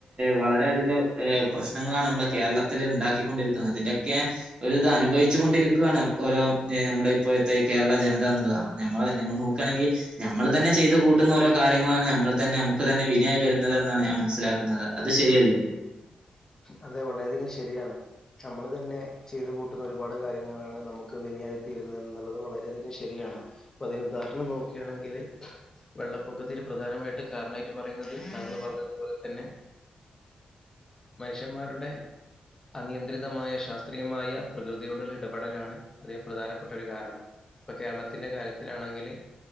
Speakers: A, on the right (about 40°); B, on the left (about 25°).
A: വളരെയധികം പ്രശ്നങ്ങളാണ് മ്മളെ കേരളത്തിൽ ഇണ്ടാക്കിക്കൊണ്ടിരിക്കുന്നത് അതിന്റൊക്കെ ഒരു ഇത് അനുഭവിച്ചു കൊണ്ടിരിക്കുകാണ് ഓരോ നമ്മുടെ ഇപ്പോഴത്തെ കേരള ജനതാന്നുള്ളത് ഞമ്മൾ ഞമ്മ നോക്കുകയാണെങ്കിൽ ഞമ്മള് തന്നെ ചെയ്ത് കൂട്ടുന്ന ഓരോ കാര്യങ്ങളാണ് നമ്മൾ തന്നെ നമുക്ക് തന്നെ വിനയായി വരു തെന്നാണ് ഞാൻ മനസ്സിലാക്കുന്നത് അത് ശരിയല്ലേ
B: അതെ വളരേ ശരിയാണ് നമ്മള് തന്നെ ചെയ്ത് കൂട്ടുന്ന ഒരുപാട് കാര്യങ്ങളാണ് നമുക്ക് വിനയായി തീരുന്നത് എന്നുള്ളത് വളരെയധികം ശരിയാണ് അപ്പൊ അതിന് ഉദാഹരണം നോക്കാണെങ്കില് വെള്ളപ്പൊക്കത്തിൽ പ്രധാനമായിട്ട് കാരണായിട്ട് പറയുന്നത് താങ്കൾ പറഞ്ഞതുപോലെ തന്നെ മനുഷ്യന്മാരുടെ അനിയന്ത്രിതമായ ശാസ്ത്രീയമായ പ്രകൃതിയോടുള്ള ഇടപെടലാണ് അതേ പ്രധാനപ്പെട്ട ഒരു കാരണം ഇപ്പൊ കേരളത്തിന്റെ കാര്യത്തിലാണെങ്കില്